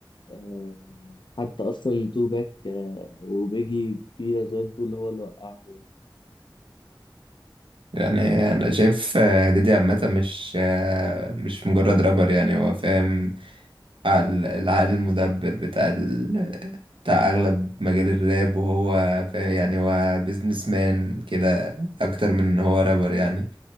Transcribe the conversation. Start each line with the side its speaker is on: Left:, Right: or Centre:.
Left: أه... حتى اصلا تو باك أه... وبيجي في نظريات بتقول هو اللي وقعهم يعني
Right: يعني انا شايف آه، ديدي عامه مش آه، مش مجرد رابر يعني هو فاهم ال- العقل المدبر بتاع ال... بتاع اغلب مجال الراب وهو فا- يعني هو بيزنس مان كده اكتر من ان هو رابر يعني